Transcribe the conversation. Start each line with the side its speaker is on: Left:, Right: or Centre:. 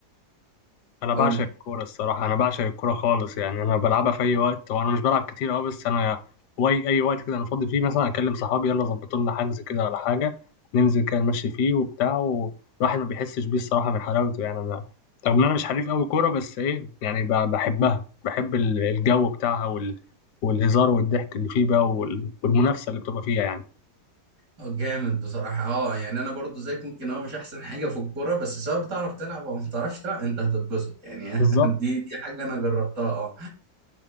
Left: انا بعشق
Right: قول لي
Left: الكوره الصراحه انا بعشق الكوره خالص يعني انا بلعبها في اي وقت وانا مش بلعب كتير اه بس انا واي اي وقت كده انا فاضي فيه مثلا اكلم صحابي يلا ظبطوا لنا حجز كده ولا حاجه ننزل كده نمشي فيه وبتاع والواحد ما بيحسش بيه الصراحه من حلاوته يعني انا رغم ان انا مش حريف قوي كوره بس ايه يعني ب- بحبها بحب ال- الجو بتاعها وال... والهزار والضحك اللي فيه بقى وال... والمنافسه اللي بتبقى فيها
Right: اه جامد بصراحة اه يعني انا برضو زيك ممكن اه مش احسن حاجة في الكورة بس سواء بتعرف تلعب او ما بتعرفش تلعب انت هتتبسط يعني <laughs>
Left: يعني
Right: دي دي حاجة انا جربتها اه